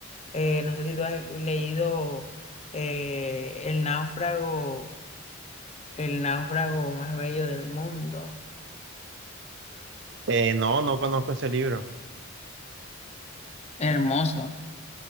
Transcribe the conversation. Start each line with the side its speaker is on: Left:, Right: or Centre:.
Left: Eh, no sé si tú has leído eh, El náufrago, El náufrago más bello del mundo.
Right: Eh, no, no conozco ese libro.
Left: Hermoso.